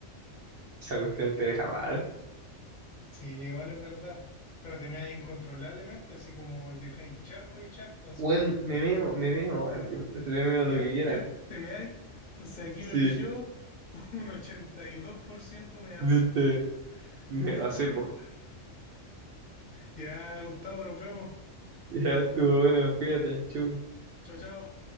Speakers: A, on the right; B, on the left.
A: esa cuestión te deja mal.
B: Sí, igual es verdad. Pero te meáis incontrolablemente, así como dejáis charco y charco, así.
A: Weón, me meo, me meo, weón, me meo
B: Ya,
A: lo que quieran.
B: ya, te meáis. Entonces aquí
A: Sí.
B: lo eligió <laughs> un 82% mearse.
A: Viste, me
B: <laughs>
A: pasé, po.
B: Ya, Gustavo, nos vemos.
A: Ya estuvo bueno, cuídate, chau.
B: Chao, chao.